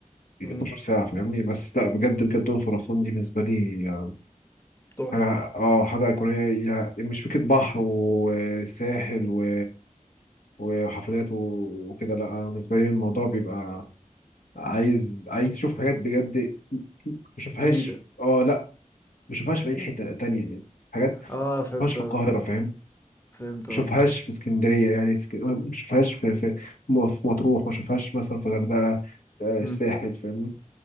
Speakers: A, on the left (about 80°); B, on the left (about 15°).
A: 12
B: امم
A: ساعة فاهمني بس لا بجد بجد الأقصر وأسوان دي بالنسبة لي
B: تحفه
A: حاجة اه حاجة أيقونية يا- مش فكرة بحر وساحل و... وحفلات و... وكده لا أنا بالنسبة لي الموضوع بيبقى عايز عايز أشوف حاجات بجد مشوفهاش
B: جديده
A: اه لا مشوفهاش في أي حتة تانية يعني حاجات
B: اه
A: مشوفهاش
B: فهمت
A: في
B: قصدك
A: القاهرة فاهم
B: فهمت
A: مشوفهاش
B: قصدك
A: في اسكندرية يعني اسك... مشوفهاش في في م- في مطروح مشوفهاش مثلا في الغردقة آه، الساحل
B: امم
A: فاهمني